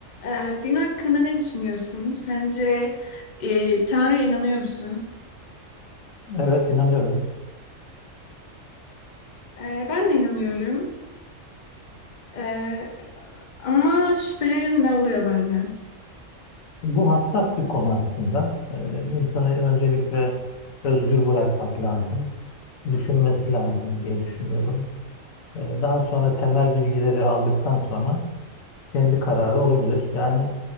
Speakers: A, on the left (about 60°); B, on the left (about 90°).
A: Ee, din hakkında ne düşünüyorsun? Sence e, Tanrı'ya inanıyor musun?
B: Evet inanıyorum.
A: Ee, ben de inanıyorum. Ee, ama şüphelerim de oluyor bazen.
B: Bu hassas bir konu aslında. Ee, insanı öncelikle özgür bırakmak lazım. Düşünmesi lazım diye düşünüyorum. Ee, daha sonra temel bilgileri aldıktan sonra kendi kararı olabilir. Yani